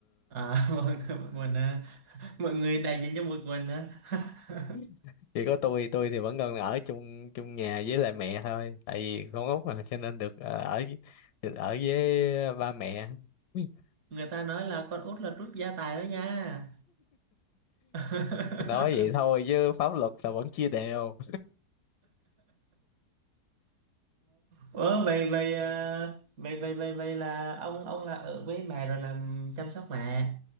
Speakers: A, on the right (about 60°); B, on the left (about 80°).
A: À, <laughs> mọi người, mình à. <laughs> Mọi người đại diện cho một mình á. <laughs>
B: <laughs> chỉ có tôi tôi thì vẫn còn ở chung chung nhà với lại mẹ thôi tại vì con út mà cho nên được ờ, ở được ở với ba mẹ <laughs>
A: Người ta nói là con út là trút gia tài đó nha. <laughs>
B: nói vậy thôi chứ pháp luật là vẫn chia đều
A: Ủa, vậy vậy à, vậy vậy vậy vậy là ông ông là ở với mẹ rồi làm chăm sóc mẹ.